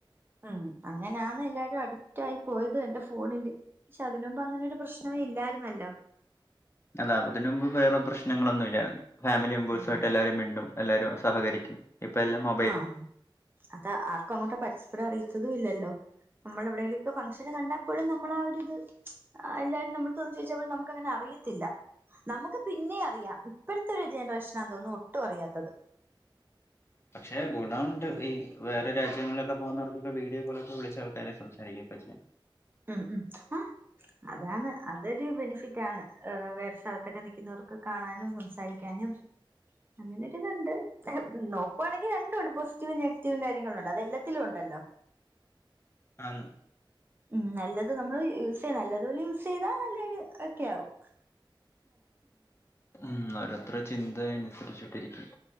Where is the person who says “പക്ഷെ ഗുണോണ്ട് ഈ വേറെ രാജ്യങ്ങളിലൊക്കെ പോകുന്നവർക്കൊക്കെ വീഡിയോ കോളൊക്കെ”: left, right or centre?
Left